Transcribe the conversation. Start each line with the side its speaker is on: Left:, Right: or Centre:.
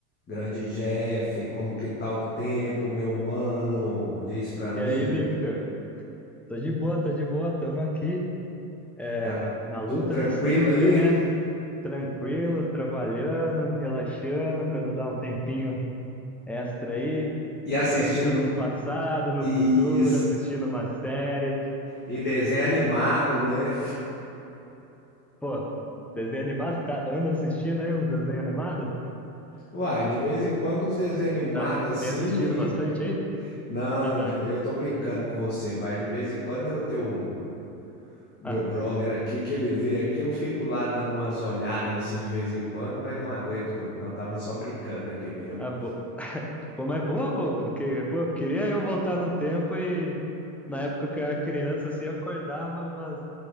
Left: Grande Jeff, como que tá o tempo, meu mano? Diz pra mim.
Centre: E aí, Victor? Tô de boa, tô de boa, tamo aqui é,
Left: Tá
Centre: na luta
Left: tudo tranquilo
Centre: de sempre,
Left: aí?
Centre: né? Tranquilo, trabalhando, relaxando, quando dá um tempinho extra aí,
Left: E assistindo
Centre: pensando no passado, no
Left: e,
Centre: futuro, assistindo uma série.
Left: e desenho animado, né?
Centre: Pô, desenho animado, tá, anda assistindo aí os desenhos animados?
Left: Uai, de vez em quando os desenhos animados
Centre: Tá,
Left: assim.
Centre: tem assistido bastante aí?
Left: Não,
Centre: Ah,
Left: de ve- eu tô brincando com você, mas de vez em quando eu tenho um. Meu
Centre: ah,
Left: brother aqui, que ele vê aqui, eu fico lá dando umas olhadas assim de vez em quando, mas não aguento muito, não. tava só brincando aqui mesmo.
Centre: ah, bo... <laughs> Pô, mas boa, pô, porque, pô, queria eu voltar no tempo e na época que eu era criança, assim, eu acordava umas